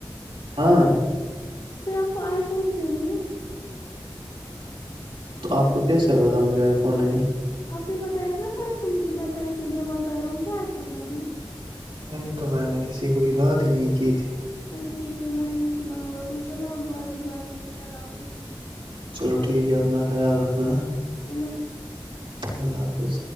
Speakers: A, on the right; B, on the left.
A: ہاں
B: پھر آپ کو آئی فون کیوں نہیں ہے
A: تو آپ کو کیسے پتا مجھے ای خون نہیں
B: آپ نے بتایا تھ نا پرس مجھے میں پیسے جمع کر رہا ہوں مجھے آئی فون لانا ہے
A: نہیں تو میں نے ایسی کوئی بات ہی نہیں کی تھی
B: اچھا ٹھیک پھر میں نہیں سنا ہوگا کچھ چلو ہم بعد میں بات کرتے ہیں اللہ حافظ
A: چلو ٹھیک ہے اپنا خیال رکھنا ہے
B: اللہ حافظ
A: اللہ حافظ